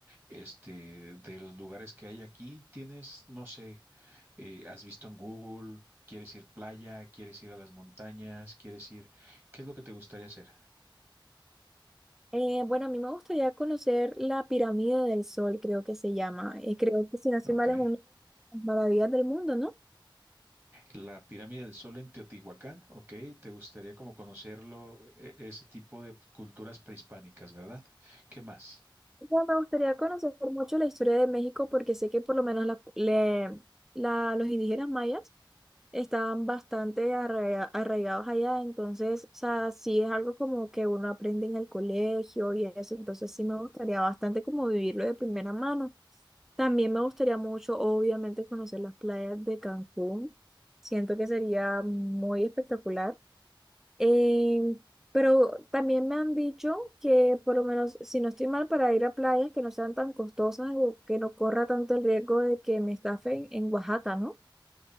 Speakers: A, on the right; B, in the centre.
A: este, de los lugares que hay aquí, tienes, no sé. eh, has visto en Google, quieres ir playa, quieres ir a las montañas, quieres ir, ¿qué es lo que te gustaría hacer?
B: Eh, bueno, a mí me gustaría conocer la pirámide del Sol, creo que se llama. Eh, creo que si no estoy
A: Ok.
B: mal es una de las maravillas del mundo, ¿no?
A: La pirámide del Sol en Teotihuacán, ok. Te gustaría como conocerlo, e- ese tipo de culturas prehispánicas, ¿verdad? ¿Qué más?
B: Mira, me gustaría conocer mucho la historia de México porque sé que por lo menos la- le- la- los indígenas mayas estaban bastante arraiga- arraigados allá, entonces, o sea, sí es algo como que uno aprende en el colegio y eso, entonces sí me gustaría bastante como vivirlo de primera mano. También me gustaría mucho, obviamente, conocer las playas de Cancún. Siento que sería muy espectacular. Eh, pero también me han dicho que por lo menos, si no estoy mal, para ir a playas que no sean tan costosas o que no corra tanto el riesgo de que me estafen en Oaxaca, ¿no?